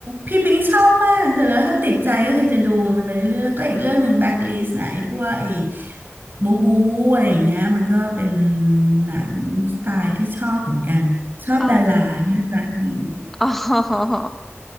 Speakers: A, on the right; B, in the centre.
A: พี่ปิงชอบมากเสร็จแล้วถ้าติดใจก็คือจะดูมันไปเรื่อยๆแล้วก็อีกเรื่องหนึ่งแบ็คลิสต์นะไอ้พวกไอ้บูบูอะไรอย่างเงี้ยมันก็เป็นหนังสไตล์ที่ชอบเหมือนกันชอบดาราน่ารักดี
B: อ๋ออ๋อ